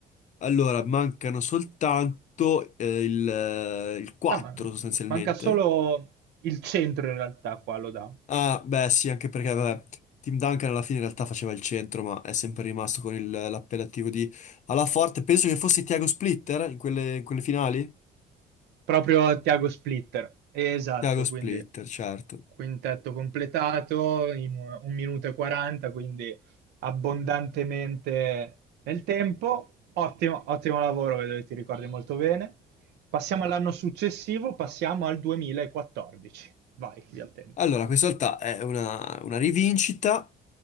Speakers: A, on the left; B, on the right.
A: Allora mancano soltanto eh, il, eh, il 4
B: Ah, ma-
A: sostanzialmente.
B: manca solo il centro in realtà qua, lo dà.
A: Ah, beh, sì, anche perché vabbè, Tim Duncan alla fine in realtà faceva il centro, ma è sempre rimasto con il- l'appellativo di alla forte. Penso che fosse Thiago Splitter in quelle, in quelle finali.
B: Proprio Tiago Splitter, esatto,
A: Thiago Splitter,
B: quindi
A: certo.
B: quintetto completato in un un minuto e 40, quindi abbondantemente nel tempo. Ottimo, ottimo lavoro, vedo che ti ricordi molto bene. Passiamo all'anno successivo, passiamo al 2014. Vai, via il tempo.
A: Allora, questa volta è una, una rivincita,